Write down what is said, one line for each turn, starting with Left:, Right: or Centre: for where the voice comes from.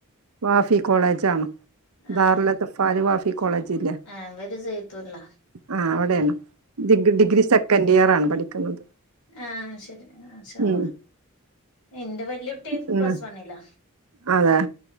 Right: വാഫി കോളേജ് ആണ്
Left: ആഹ്
Right: ധാർലത്ത് ഫാല് വാഫി കോളേജ് ഇല്ലേ
Left: ആഹ് ഇവര് ജയ്ത്തുല്ല
Right: ആ അവിടെയാണ് ഡിഗി ഡിഗ്രി സെക്കൻഡ് ഇയർ ആണ് പഠിക്കുന്നത്.
Left: ആഹ ശരി ആ ശവാ
Right: ഉം
Left: എന്റെ വെല്ട്ടി
Right: ഉം
Left: പ്ലസ് വണ്ല്ലാ
Right: അതെ